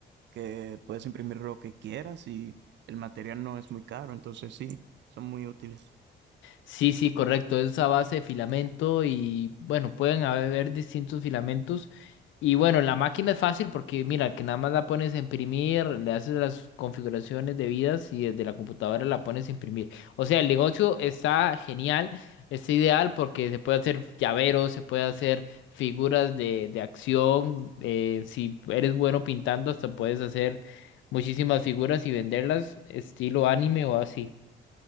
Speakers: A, on the right (about 65°); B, on the left (about 75°).
A: que puedes imprimir lo que quieras y el material no es muy caro, entonces sí, son muy útiles.
B: Sí, sí, correcto. Es a base de filamento y bueno, pueden haber distintos filamentos. Y bueno, la máquina es fácil porque mira, que nada más la pones a imprimir, le haces las configuraciones debidas y desde la computadora la pones a imprimir. O sea, el negocio está genial, está ideal porque se puede hacer llaveros, se puede hacer figuras de, de acción. eh, si eres bueno pintando, hasta puedes hacer muchísimas figuras y venderlas estilo anime o así.